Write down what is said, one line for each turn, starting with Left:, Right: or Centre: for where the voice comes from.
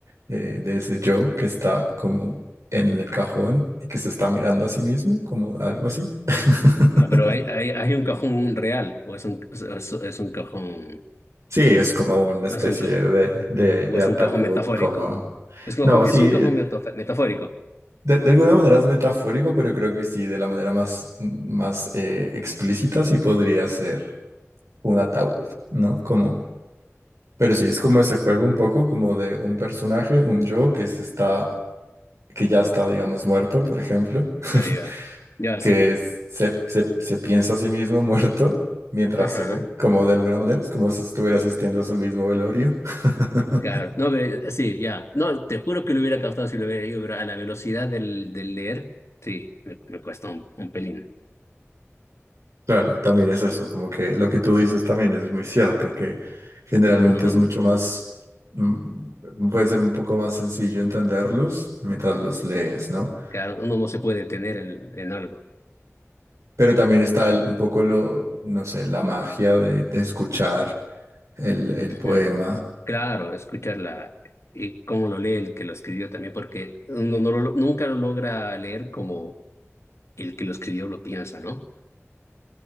Right: eh, de ese yo que está como en el cajón y que se está mirando a sí mismo, como algo así. <laughs>
Left: Ya, Pero hay, hay, hay un cajón real, o es un, es, es un cajón,
Right: Sí, es como una especie
Left: es un cajón.
Right: de, de,
Left: ¿O
Right: de
Left: es
Right: ataúd,
Left: un cajón metafórico?
Right: como...
Left: Es un
Right: No,
Left: cajón,
Right: sí,
Left: es un cajón metaf- metafórico.
Right: De, de alguna manera es metafórico, pero creo que sí, de la manera más, más eh, explícita sí podría ser un ataúd, ¿no? Como, pero sí, es como ese juego un poco como de un personaje, un yo que se está, que ya está, digamos, muerto, por ejemplo, <laughs>
Left: Ah, ya. Ya,
Right: que
Left: sí.
Right: es- se, se, se piensa a sí mismo muerto mientras
Left: Ajá.
Right: se ve, como de alguna manera, es como si estuviera asistiendo a su mismo velorio. <laughs>
Left: Claro. No, pero eh, sí, ya. No, te juro que lo hubiera captado si lo hubiera leído, pero a la velocidad del, del leer, sí, me, me cuesta un, un pelín.
Right: Claro, también es eso, como que lo que tú dices también es muy cierto, que generalmente
Left: No,
Right: es mucho más, mm, puede ser un poco más sencillo entenderlos mientras los lees, ¿no?
Left: claro, uno no se puede detener en, en algo.
Right: Pero también está el- un poco lo, no sé, la magia de, de escuchar el, el
Left: Ujú.
Right: poema
Left: Claro, escucharla y cómo lo lee el que lo escribió también, porque uno no lo- nunca lo logra leer como el que lo escribió lo piensa, ¿no?